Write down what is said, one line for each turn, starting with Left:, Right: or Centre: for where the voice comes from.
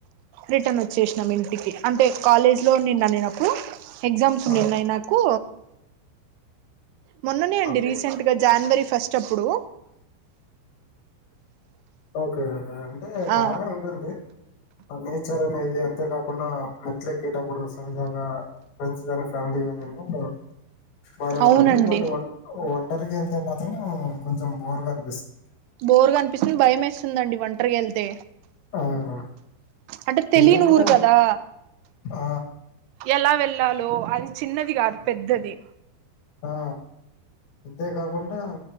Right: రిటర్న్ వచ్చేసినాం. ఇంటికి అంటే కాలేజ్ లో నిన్న నేనప్పుడు ఎగ్జామ్స్ ఉన్నిన్నాయి
Left: ఆ
Right: నాకు మొన్ననే అండి
Left: ఓకే
Right: రీసెంట్ గా జనవరి ఫస్ట్ అప్పుడు
Left: ఓకే అంటే బాగనే
Right: ఆ
Left: ఉంటుంది నేచర్ అనేది అ అంతేకాకుండా మెట్లు ఎక్కేటప్పుడు సరదాగా ఫ్రెండ్స్ గానీ ఫ్యామిలీ గాని ఏ బానే
Right: అవునండి
Left: ఉంటుంది బట్ వన్ వ టరికి వెళ్తే మాత్రం కొంచెం బోరుగా అనిపిస్తుంది.
Right: బోర్ గానిపిస్తుంది భయం వేస్తుందిండి వన్ ఒంటరిగా వెళ్తే
Left: ఆ
Right: అంటే తెలియని
Left: ఎందుకంటే
Right: ఊరు కదా
Left: ఆ
Right: ఎలా వెళ్ళాలో అది చిన్నది కాదు పెద్దది
Left: ఆ అంతేకాకుండా